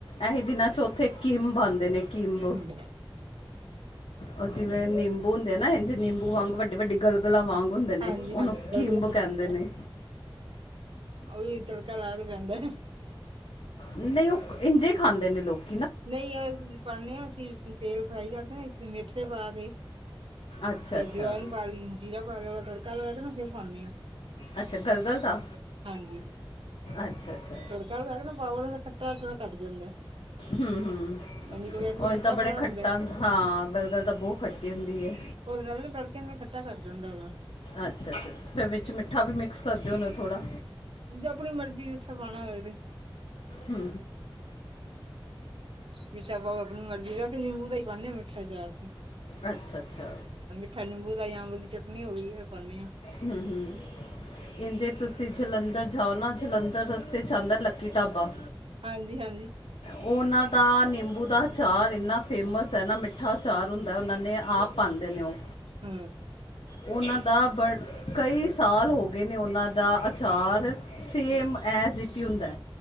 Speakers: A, on the left; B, on the right.
A: ਐਹੀ ਦਿਨਾਂ ਚ ਉੱਥੇ ਕਿਮਬ ਪਾਦੇ ਨੇ ਕਿੰਮਬ
B: ਹਮ
A: ਉਹ
B: ਹਾਂਜੀ
A: ਜਿਵੇਂ ਨਿੰਬੂ ਹੁੰਦੇ ਆ ਨਾ, ਇੰਜ ਨਿੰਬੂ ਵਾਂਗ ਵੱਡੇ ਵੱਡੇ ਗਲਗਲਾਂ ਵਾਂਗ ਹੁੰਦੇ ਨੇ।
B: ਹਾਂਜੀ
A: ਉਹਨੂੰ
B: ਹਾਂਜੀ
A: ਕਿੰਬ ਕਹਿੰਦੇ ਨੇ।
B: ਉਹੀ ਤੜਕਾ ਲਾ ਕੇ ਪੇਂਦਾ।
A: ਨਈ ਉਹ ਇੰਝੇ ਖਾਂਦੇ ਨੇ ਲੋਕ
B: ਨਈ ਅ ਅਸੀਂ ਪਾਹਨੇ ਹਾਂ ਅਸੀਂ ਤੇਲ ਫਰਾਈ ਕਰਕੇ, ਮੇਥੇ ਪਾ ਦੇਈਂ
A: ਅੱਛਾ
B: ਤੇ
A: ਅੱਛਾ
B: ਜਵਾਇਨ ਪਾ ਲਈ ਜੀਰਾ ਪਾ ਲਓ ਤੜਕਾ ਲਗਾ ਕੇ ਨਾ ਫਿਰ ਪਾਂਦੀ ਆ।
A: ਅੱਛਾ, ਗਲਗਲ ਦਾ।
B: ਹਾਂਜੀ।
A: ਅੱਛਾ-ਅੱਛਾ।
B: <inaudible> ਪਾਵਰ ਦਾ ਖਰਚਾ ਥੋੜਾ ਘੱਟ ਜਾਂਦਾ।
A: ਹੂੰ-ਹੂੰ।
B: ਨਹੀਂ ਤਾਂ ਵੈਸੇ
A: ਉਂਜ
B: ਖੱਟਾ
A: ਤਾਂ ਬੜੇ
B: ਬੜਾ ਹੁੰਦਾ
A: ਖੱਟਾ ਹਾਂ ਗੱਲਗੱਲ ਤਾਂ ਬਹੁਤ ਖੱਟੀ ਹੁੰਦੀ ਐ।
B: ਉਹਦੇ ਵੇਲੇ ਤੜਕੇ ਨੂੰ ਖੱਟਾ ਕੱਟ ਦਿੰਦਾ ਵਾ।
A: ਅੱਛਾ-ਅੱਛਾ ਫਿਰ ਵਿੱਚ ਮਿੱਠਾ ਵੀ ਮਿਕਸ ਕਰਦੇ ਹੋਨੇ ਥੋੜਾ।
B: ਜੇ ਆਪਣੀ ਮਰਜ਼ੀ ਏ ਮਿੱਠਾ ਪਾਣਾ ਹੋਏ ਤੇ।
A: ਹੁ-ਹੁ
B: ਮਿੱਠਾ ਪਾਓ ਆਪਣੀ ਮਰਜ਼ੀ ਦਾ ਤੇ ਨਿੰਬੂ ਦਾ ਹੀ ਪਾਨੇ ਹਾਂ ਮਿੱਠਾ ਅਚਾਰ ਜੀ।
A: ਅੱਛਾ-ਅੱਛਾ
B: ਨਿੰਬੂ ਦਾ ਯਾ ਆਮ ਦੀ ਚਟਨੀ ਹੋ ਗਈ। ਪਾਉਂਦੇ ਹਾਂ
A: ਹ-ਹ ਇੰਜੇ ਤੁਸੀ ਜਲੰਧਰ ਜਾਓ ਨਾ ਜਲੰਧਰ ਰਸਤੇ ਚ ਆਂਦਾ ਲੱਕੀ ਢਾਬਾ।
B: ਹਾਂਜੀ-ਹਾਂਜੀ
A: ਉਹਨਾਂ ਦਾ ਨਿੰਬੂ ਦਾ ਅਚਾਰ ਇੰਨਾ ਫੇਮਸ ਹੈ ਨਾ ਮਿੱਠਾ ਅਚਾਰ ਹੁੰਦਾ ਉਹਨਾਂ ਨੇ ਆਪ ਪਾਦੇ ਨੇ ਉਹ।
B: ਹੁ।
A: ਉਹਨਾਂ ਦਾ ਬੜ ਕਈ ਸਾਲ ਹੋ ਗਏ ਨੇ ਉਹਨਾਂ ਦਾ ਆਚਾਰ ਸੇਮ
B: ਅੱਛਾ
A: ਐਜ਼ ਇਟ ਹੁੰਦਾ